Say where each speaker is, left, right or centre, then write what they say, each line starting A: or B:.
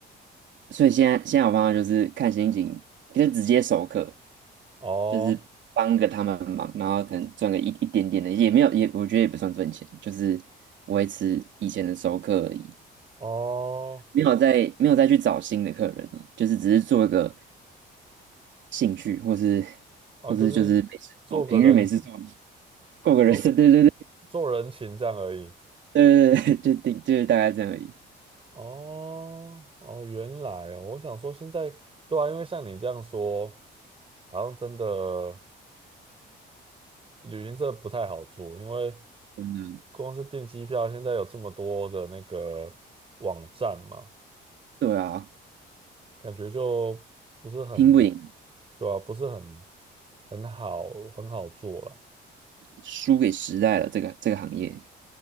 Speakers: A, on the right; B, on the right.
A: 所以现在现在我方法就是看心情，就直接授课，
B: 哦
A: 就是帮个他们忙，然后可能赚个一一点点的，也没有也我觉得也不算赚钱，就是维持以前的授课而已，
B: 哦
A: 没有再没有再去找新的客人了，就是只是做一个兴趣，或是
B: 哦，
A: 或是就是没事做，
B: 就是做个人
A: 平日没事做，嘛，过个人生，
B: 做
A: 对对
B: 做人情这样而已。
A: 对对对对，就顶就是大概这样而已，
B: 哦哦，原来哦，我想说现在对啊，因为像你这样说，好像真的旅行社不太好做，因为
A: 真的，
B: 光是订机票，现在有这么多的那个网站嘛，
A: 对啊，
B: 感觉就不是很
A: 拼不赢，
B: 对啊，不是很很好很好做了。
A: 输给时代了这个这个行业。